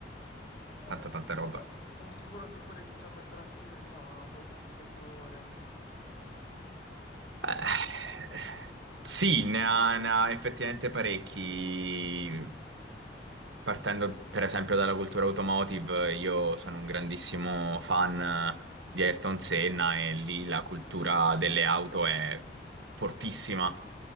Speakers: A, on the left (about 40°); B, on the right (about 90°).
A: eh,
B: tanta tanta
A: sì,
B: roba.
A: vabbè, sono sicuro che pure, diciamo, il Brasile ha molti punti a favore.
B: Eh, sì, ne ha, ne ha effettivamente parecchi. Partendo per esempio dalla cultura automotive, io sono un grandissimo fan di Ayrton Senna e lì la cultura delle auto è fortissima.